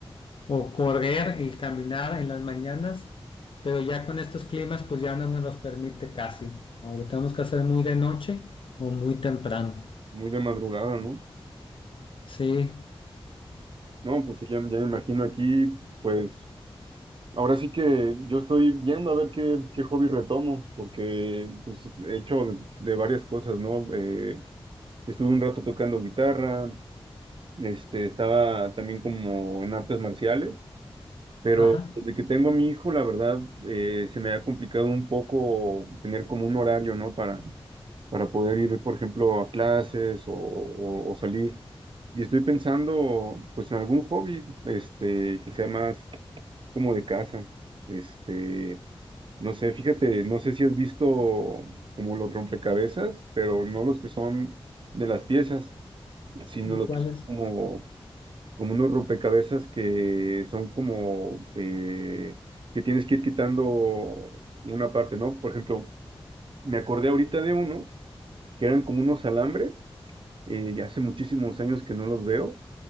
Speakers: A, on the left (about 55°); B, on the right (about 55°).
A: o correr y caminar en las mañanas, pero ya con estos climas pues ya no nos los permite casi. Ahora tenemos que hacer muy de noche o muy temprano.
B: muy de madrugada, ¿no?
A: Sí,
B: No, pues sí, ya, ya me imagino aquí, pues. Ahora sí que yo estoy viendo a ver qué, qué hobby retomo, porque pues, he hecho de, de varias cosas, ¿no? Eh, estuve un rato tocando guitarra, este, estaba también como en artes marciales, pero
A: ajá.
B: desde que tengo a mi hijo, la verdad, eh, se me ha complicado un poco tener como un horario, ¿no? Para, para poder ir, por ejemplo, a clases o, o- o salir. Y estoy pensando, pues, en algún hobby, este, que sea más como de casa. Este, no sé, fíjate, no sé si has visto como los rompecabezas, pero no los que son de las piezas, sino los
A: ¿Cuáles?
B: que son como, como unos rompecabezas que son como eh, que tienes que ir quitando una parte, ¿no? Por ejemplo, me acordé ahorita de unos que eran como unos alambres, eh, y hace muchísimos años que no los veo